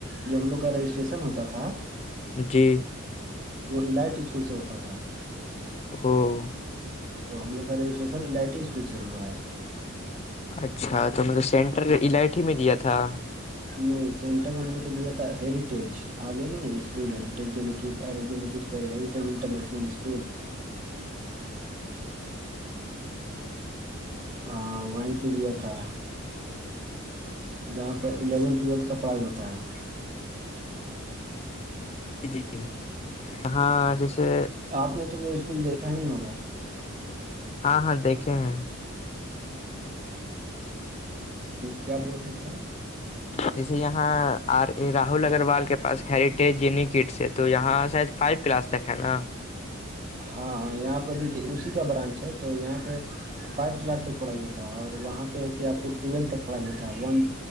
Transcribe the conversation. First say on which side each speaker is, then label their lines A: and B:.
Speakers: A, on the right; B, on the left.
A: جملو کا رجسٹریشن ہوتا تھا
B: جی
A: وہ الائٹ اسکول سے ہوتا تھا
B: ہاں
A: تو ہم لوگ کا رجسٹریشنل آئی ٹی اسکول سے ہوا ہے
B: اچھا تو مب سینٹر الائٹھی میں دیا تھا
A: نہیں سینٹر ہم لوگ کو دیا تھا ہیریٹیج آگے نہیں ہے اسکول ہیریٹیجینٹ ہیریٹیج انٹر نشنل اسکول ہاں وہیںی پہ لیا تھا جہاں پر الیونھ ٹویلتھ کا پڑھائی ہوتا ہے
B: جی جی ہاں جیسے
A: آپ نے تو وہ اسکول دیکھا نہیں ہوگا
B: ہاں ہاں دیکھے ہیں
A: کیا بول رہے تھے آپ
B: جیسے یہاں آر راہل اگروال کے پاس ہیریٹیج جنی کٹس ہے تو یہاں شاید فائیو کلاس ہے نا
A: ہاں ہاں یہاں پہ دیکھیے اسی کا برانچ ہے تو یہاں پہ فائیو کلاس تک پڑھائی ہو تا ہے اور وہاں پہ ہے کہ آپ کو ٹویلتھ تک پڑھائی ہوتا ہے ون